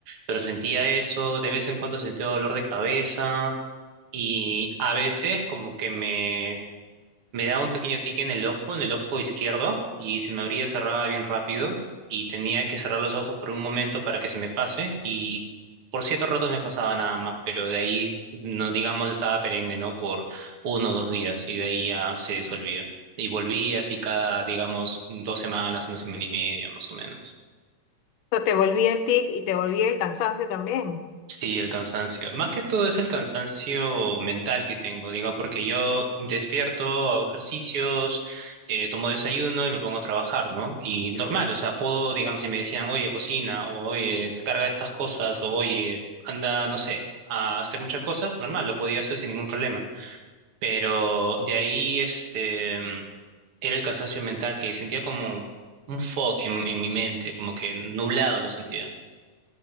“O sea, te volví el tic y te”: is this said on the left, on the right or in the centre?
Left